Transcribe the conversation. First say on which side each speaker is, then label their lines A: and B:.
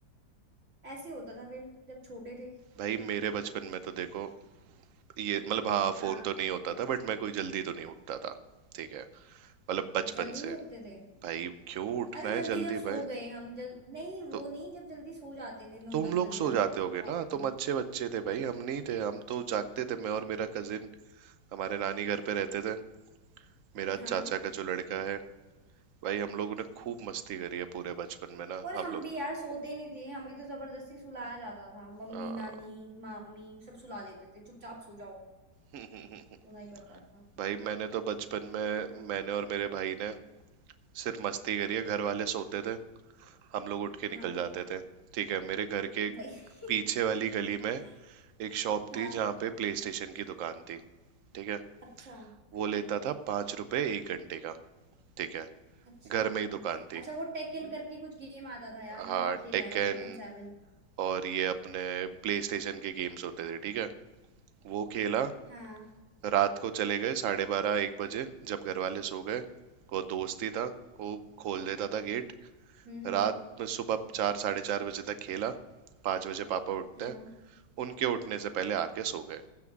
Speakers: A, on the right; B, on the right.
A: ऐसे ही होता था फिर जब छोटे थे
B: भाई मेरे बचपन में तो देखो ये मतलब हाँ
A: हाँ
B: फोन तो नहीं होता था बट मैं कोई जल्दी तो नहीं उठता था ठीक है मतलब बचपन
A: जल्दी नहीं
B: से
A: उठते थे
B: भाई क्यों उठना
A: अरे
B: है
A: जल्दी
B: जल्दी
A: जब सो
B: भाई
A: गए हम जल नहीं वो
B: तो
A: नहीं जब जल्दी सो जाते थे नौ
B: तुम
A: दस
B: लोग
A: बजे
B: सो
A: हम
B: जाते होगे
A: रात
B: ना
A: को
B: तुम अच्छे बच्चे थे भाई हम नहीं थे हम तो जागते थे मैं और मेरा कजिन हमारे नानी घर पे रहते थे मेरा
A: हाँ
B: चाचा का जो लड़का है भाई हम लोगों ने खूब मस्ती करी है पूरे बचपन में ना
A: और
B: हम
A: हम
B: लोग
A: भी यार सोते नहीं थे हमें तो जबरदस्ती सुलाया जाता था मम्मी
B: हाँ।
A: नानी मामी सब सुला देते थे चुपचाप सो जाओ
B: <laughs>
A: सोना ही पड़ता था
B: भाई मैंने तो बचपन में मैंने और मेरे भाई ने सिर्फ मस्ती करी है घर वाले सोते थे हम लोग उठ के
A: हाँ
B: निकल जाते थे ठीक है मेरे घर के
A: वही
B: पीछे वाली
A: <laughs>
B: गली में एक शॉप
A: हाँ
B: थी जहाँ पे प्ले स्टेशन की दुकान थी ठीक है
A: अच्छा
B: वो लेता था पांच रुपए एक घंटे का ठीक है
A: अच्छा
B: घर में ही दुकान थी
A: अच्छा वो टेकन करके कुछ गेम आता था यार
B: हाँ
A: मैंने खेला
B: टेकन
A: है टेकन सेवन
B: और ये अपने प्ले स्टेशन के गेम्स होते थे ठीक है वो खेला
A: हाँ
B: रात को चले गए साढ़े बारह एक बजे जब घर वाले सो गए वो दोस्त ही था वो खोल देता था गेट
A: हम्म हम्म
B: रात में सुबह चार साढ़े चार बजे तक खेला पाँच बजे पापा उठते
A: हाँ
B: हैं उनके उठने से पहले आके सो गए